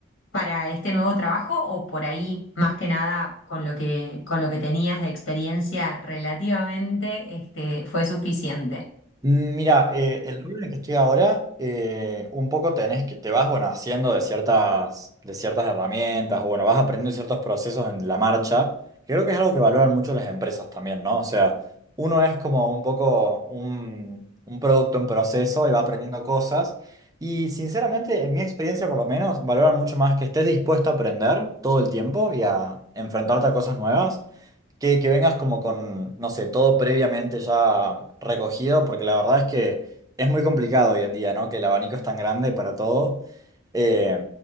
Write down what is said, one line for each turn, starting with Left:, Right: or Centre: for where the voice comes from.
Left: para este nuevo trabajo o por ahí, más que nada, con lo que, con lo que tenías de experiencia relativamente, este, fue suficiente?
Right: Mm, Mira, eh, el rol en el que estoy ahora, eh, un poco tenés que, te vas, bueno, haciendo de ciertas, de ciertas herramientas, o bueno, vas aprendiendo ciertos procesos en la marcha, que creo que es algo que valoran mucho las empresas también, ¿no? O sea, uno es como un poco un, un producto en proceso y va aprendiendo cosas, y sinceramente, en mi experiencia por lo menos, valoran mucho más que estés dispuesto a aprender todo el tiempo y a enfrentarte a cosas nuevas que, que vengas como con, no sé, todo previamente ya recogido, porque la verdad es que es muy complicado hoy en día, ¿no? Que el abanico es tan grande para todo. eh,